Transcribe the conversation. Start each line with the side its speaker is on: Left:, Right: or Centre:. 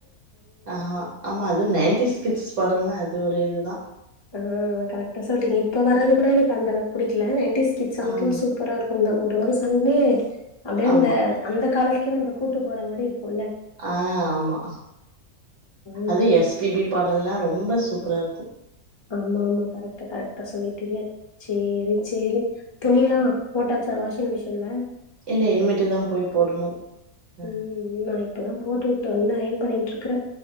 Right: ஆ ஆமா அதுவும் நைன்டி கிட்ஸ் படம் லா அது இது தா
Left: ஆ கரெக்டா சொல்லறீங்க இப்ப வர்றது கூட எனக்கு அந்தளக்கு ப புடிக்கல நன்டி ஸ்கிட் சாங்ஸ்ல்லாம்
Right: ஆம்
Left: சூப்பரா கொந்தம் ஒரு ஒரு சாங்குமே அப்டியே
Right: ஆமா
Left: அந்த அந்த காலத்து க்கிர அந்த கூட்டு போற மாரி இருக்குல்ல
Right: ஆ ஆமா
Left: ம்
Right: அது எஸ் பி பி பாடல்னா ரொம்ப சு ப்புறா இருக்கு
Left: ஆமா ஆமா கரெக்ட் கரெக் சொல்லிட்டீங்க சேரி சேரி துணிலா போட்டா சா வாஷிங் மிஷின்ல
Right: இல்ல இனிமிட்டு தா போய் போடணு அ
Left: உ உ நாய் இப்போதா போட்டு விட்டு வந்த அயன் பண்ணிட்ருக்குறே